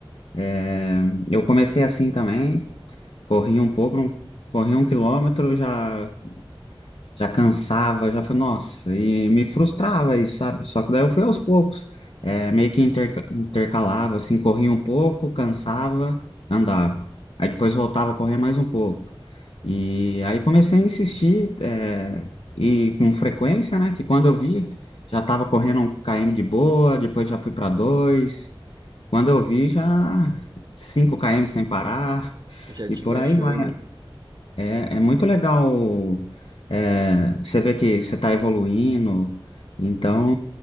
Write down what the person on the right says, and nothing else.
Já deslanchou,
né?